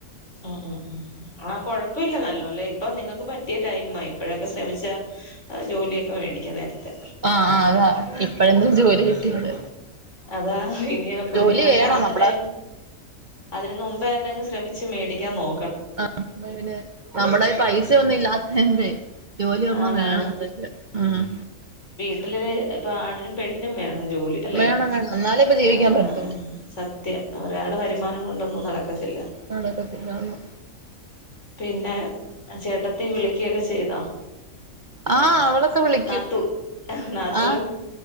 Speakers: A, on the left; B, on the right.
A: ഉം ഉം ആ കൊഴപ്പയില്ല നല്ലൊപോലെ ഇപ്പ നിങ്ങക്ക് പറ്റിയ ടൈം ആ ഇപ്പഴൊക്കെ ശ്രമിച്ചാ ജോലിയൊക്കെ വേടിക്കാ നേരത്തെ.
B: ആഹ് ആഹ് അതാ ഇപ്പഴെന്താ ജോലി കിട്ടിയത്
A: അതാ ഇനിയ കുഞ്ഞുങ്ങളൊക്കെ
B: ജോലി വേണം
A: ആവുന്ന
B: നമ്മടെ
A: ടൈം അതിന് നുമ്പെന്നെ അങ്ങ് ശ്രമിച്ച് മേടി ക്യ നോ
B: അ ഇന്ന പിന്നെ നമ്മളെ പൈസ ഒന്നു ഇല്ലാ <unintelligible> ജോലിഒരെണ്ണം
A: ആണാണ്
B: വേണം <unintelligible> ആഹ്
A: എല് ഇപ്പ ആണിനും പെണ്ണിനും വേണം ജോലി അല്ലെ
B: വേണം വേണം എന്നാലേ ഇപ്പൊ ജീവിക്കാൻ
A: ആഹ്
B: പറ്റത്തുള്ളൂ
A: സത്യം ഒരാടെ വരുമാനം കൊണ്ടൊന്നും നടക്കത്തില്ല
B: നടക്കത്തില്ലാന്ന്
A: പിന്നെ അഹ് ചേട്ടത്തി വിളിക്യൊക്കെ ചെയ്തോ
B: ആ അവളൊക്കെ വിളിക്കും
A: നാത്തൂ നാത്തൂൻ
B: ആ